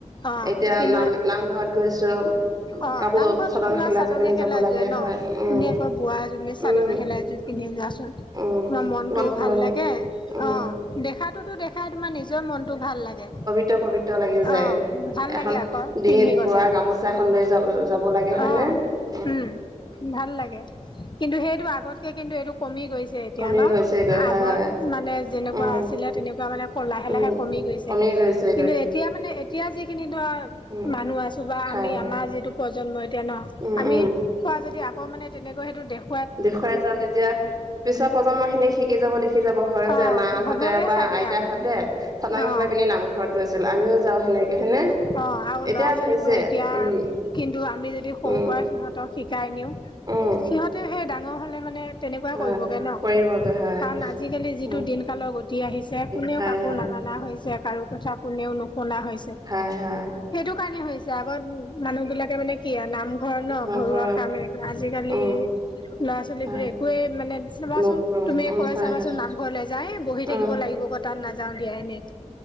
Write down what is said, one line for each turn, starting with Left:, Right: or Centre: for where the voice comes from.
Left: অ
Right: এতিয়া
Left: কিন্তু
Right: নাম নামঘৰত গৈছো
Left: অ
Right: কাপোৰ
Left: নামঘৰতো তোমাৰ
Right: মেখেলা
Left: চাদৰ
Right: এযোৰ পিন্ধি
Left: মেখেলা
Right: যাব লাগে
Left: যোৰে ন
Right: হয়
Left: ধুনীয়াকৈ
Right: উম
Left: বোৱা যোনে চাদৰ
Right: উম
Left: মেখেলা এযোৰ পিন্ধি যোৱাচোন,
Right: উম
Left: তোমাৰ মনটোও
Right: কিমান শুৱনি
Left: ভাল লাগে
Right: উম
Left: অ দেখাতোটো দে- খাই তোমাৰ নিজৰ মনটো ভাল লাগে।
Right: পৱিত্ৰ পৱিত্ৰ লাগি যায়
Left: অ ভাল
Right: এখন
Left: লাগে আকৌ
Right: ডিঙিত
Left: পিন্ধি গলে
Right: বোৱা গামোচা এখন লৈ যাব যাব লাগে
Left: অ',
Right: হয় নে -
Left: উম ভাল লাগে কিন্তু সেইটো আগতকে কিন্তু এইটো কমি গৈছে। ছে এতিয়া
Right: কমি
Left: ন,
Right: গৈছেগৈ হয়
Left: আগত মানে যেনেকুৱা
Right: উম
Left: আছিলে তেনেকুৱা মানে লাহে
Right: উম
Left: লাহে কমি গৈছে।
Right: কমি গৈছে।
Left: কিন্তু এতিয়া মানে এতিয়া যিখিনি ধৰা
Right: উম
Left: মানুহ আছো বা
Right: হয়
Left: আমি
Right: হয়
Left: আমাৰ যিটো প্ৰজন্ম এতিয়া ন,
Right: উম
Left: আমি
Right: উম
Left: পোৱা যদি আকৌ তেনেকৈ সেইটো দে-
Right: দেখুৱাই যাওঁ তেতিয়া পিছৰ প্ৰজন্ম খিনি শিকি যাব দেখি যাব হয়
Left: অ',
Right: যে মাহাহঁতে
Left: হ'বগে
Right: বা
Left: চাগে
Right: আইতা
Left: আৰু
Right: হঁতে, চাদৰ
Left: অ',
Right: মেখেলা পিন্ধি নামঘৰত গৈছিল আমিও যাওঁ সেনেকে হয়নে!
Left: অ আৰু
Right: এতিয়া
Left: ল'ৰা ছোৱালীবোৰে
Right: হৈছে
Left: এতিয়া
Right: উম
Left: কিন্তু আমি যদি সৰু
Right: উম
Left: পৰা সিহঁতক শিকাই নিওঁ
Right: উম
Left: সিহঁতেও সেই ডাঙৰ হলে মানে তেনেকুৱা
Right: হয়
Left: কৰিবগে ন
Right: কৰিবগৈ হয়
Left: কাৰণ আজিকালি যিটো
Right: উম
Left: দিন কালৰ গতি আহিছে কোনেও
Right: খাই
Left: কাকো
Right: খাই
Left: নামানা হৈছে কাৰো কথা কোনেও নুশুনা হৈ-
Right: হয় হয়।
Left: সেইটো কাৰণে হৈছে, আগত মানুহ বিলাকে মানে কিয়া নামঘৰ ন
Right: নামঘৰত
Left: ঘৰুৱা কাময়ে আজিকালি
Right: উম
Left: ল'ৰা ছোৱালী
Right: হয়
Left: বোৰে একোৱে মানে
Right: মোক
Left: চোন,
Right: কম
Left: তুমিয়ে
Right: উম
Left: কৈ
Right: হয়
Left: চাবাচোন
Right: হয়
Left: নামঘৰলে যায় বহি
Right: উম
Left: থাকিব লাগিব ক তাত নাযাও দিয়াই এনেই